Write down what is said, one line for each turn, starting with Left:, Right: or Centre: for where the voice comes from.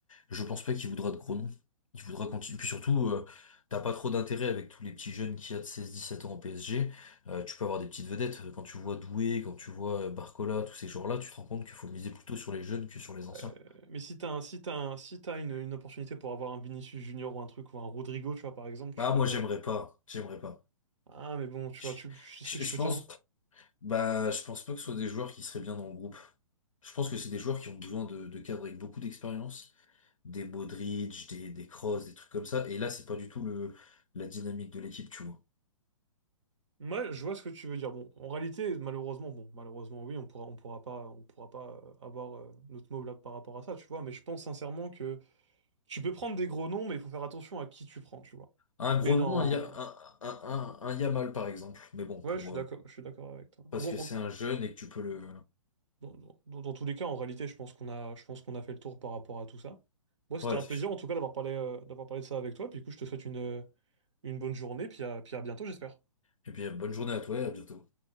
Left: je pense pas qu'il voudra de gros noms. Il voudra continuer. Puis surtout, euh, t'as pas trop d'intérêt avec tous les petits jeunes qu'il y a de 16-17 ans au PSG. Euh, tu peux avoir des petites vedettes. Quand tu vois Doué, quand tu vois euh, Barcola, tous ces joueurs-là, tu te rends compte qu'il faut miser plutôt sur les jeunes que sur les anciens.
Right: Euh, mais si t'as un, si t'as un- si t'as une, une opportunité pour avoir un Vinicius Junior ou un truc, ou un Rodrigo, tu vois, par exemple, tu
Left: Bah
Right: vas
Left: moi
Right: y
Left: j'aimerais
Right: aller.
Left: pas, j'aimerais pas.
Right: Ah, mais bon, tu
Left: Je,
Right: vois, tu, est-ce
Left: je,
Right: que tu
Left: je
Right: peux
Left: pense,
Right: dire non?
Left: bah je pense pas que ce soit des joueurs qui seraient bien dans le groupe. Je pense que c'est des joueurs qui ont besoin de, de cadres avec beaucoup d'expérience des Modric, des, des Kroos, des trucs comme ça. Et là, c'est pas du tout le, la dynamique de l'équipe, tu vois.
Right: Moi, je vois ce que tu veux dire. Bon, en réalité, malheureusement, bon, malheureusement, oui, on pourra, on pourra pas, on pourra pas euh, avoir euh, notre mot là par rapport à ça, tu vois. Mais je pense sincèrement que tu peux prendre des gros noms, mais il faut faire attention à qui tu prends, tu vois.
Left: Un
Right: Mais
Left: gros
Right: dans,
Left: nom, un, Ya- un, un, un, un Yamal, par exemple. Mais bon, pour,
Right: ouais, je suis d'accord,
Left: euh,
Right: je suis d'accord avec toi. Bon,
Left: parce que c'est
Right: en-
Left: un jeune et que tu peux le...
Right: dans, dans- dans- dans tous les cas, en réalité, je pense qu'on a, je pense qu'on a fait le tour par rapport à tout ça. Moi, c'était
Left: Ouais,
Right: un
Left: c'est
Right: plaisir,
Left: sûr.
Right: en tout cas, d'avoir parlé, euh, d'avoir parlé de ça avec toi. Puis, du coup, je te souhaite une, une bonne journée, puis à- puis à bientôt, j'espère.
Left: Et puis, euh, bonne journée à toi et à bientôt.